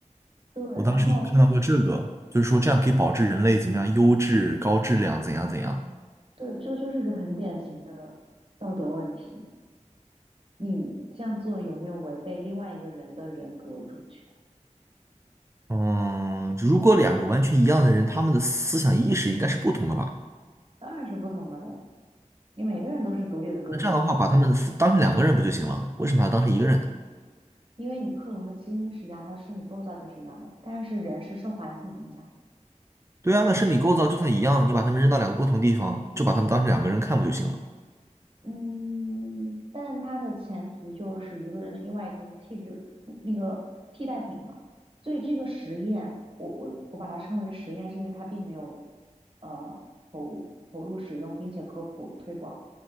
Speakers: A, on the right; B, on the right.
A: 对，
B: 我当时有看到过这个，
A: 然后
B: 就是说这样可以保证人类怎么样优质、高质量，怎样怎样。
A: 对，这就是一个很典型的道德问题。你这样做有没有违背另外一个人的人格主权？
B: 嗯，如果两个完全一样的人，他们的思想意识应该是不同的吧？
A: 当然是不同的了呀，你每个人都是独立的个体啊。
B: 那这样的话，把他们分当成两个人不就行了？为什么还要当成一个人呢？
A: 因为你克隆的基因是一样，它的生理构造就是一样的，但是人是受环境影响的。
B: 对啊，那生理构造就算一样，你把他们扔到两个不同地方，就把他们当成两个人看不就行了？
A: 嗯，但它的前提就是一个人是另外一个人的替质那个替代品嘛。所以这个实验，我我我把它称为实验，是因为它并没有呃投投入使用，并且科普推广。